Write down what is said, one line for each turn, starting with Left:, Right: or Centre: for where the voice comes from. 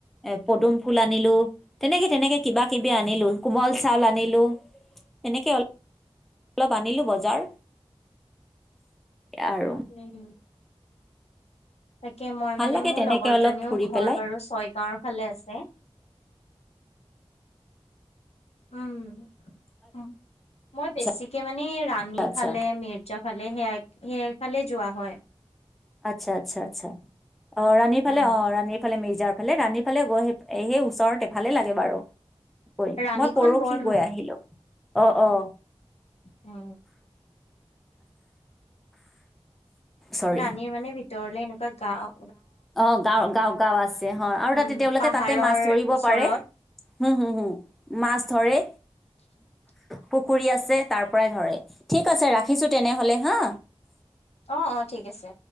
Centre: এ পদুম ফুল আনিলো তেনেকে তেনেকে কিবা কিবি আনিলো কোমল চাউল আনিলো। এনেকে অলপ অলপ আনিলো বজাৰ। আৰু
Left: উম তাকে মই
Centre: ভাল
Left: মানে
Centre: লাগে
Left: মোৰ
Centre: তেনেকে
Left: লগৰ
Centre: অলপ
Left: জনীও
Centre: ফুৰি
Left: ঘৰ
Centre: পেলাই
Left: বাৰু ছয় গাঁওৰ ফালে আছে। উম উম মই
Centre: আচ্ছা
Left: বেছিকে মানে। এনেই ৰাণী
Centre: আচ্ছা
Left: ফালে মিৰ্জা ফালে সেয়া সেইফালে যোৱা হয়।
Centre: আচ্ছা আচ্ছা আচ্ছা। অ ৰাণীৰ
Left: উম,
Centre: ফালে অ ৰাণীৰ ফালে মিৰ্জাৰ ফালে ৰাণী সফালে গৈ স সেই ওচৰত এফালে লাগে বাৰু। কৈ
Left: ৰাণীখন
Centre: মই পৰহি
Left: বৰ
Centre: গৈ আহিলো অ অ।
Left: অ
Centre: চৰি
Left: ৰাণীৰ মানে ভিতৰলে এনেকুৱা গাওঁ
Centre: অ গাঁও, গাঁও, গাঁও আছে অ আৰু
Left: উম
Centre: তাতে তেওঁলোকে
Left: পাহাৰৰ
Centre: তাতে মাছ ধৰিব
Left: ওচৰত
Centre: পাৰে। হম হুম হুম মাছ ধৰে।
Left: উ <inaudible>
Centre: পুখুৰী আছে তাৰ পৰাই ধৰে। ঠিক আছে ৰাখিছো তেনেহলে হা।
Left: অ অ ঠিক আছে।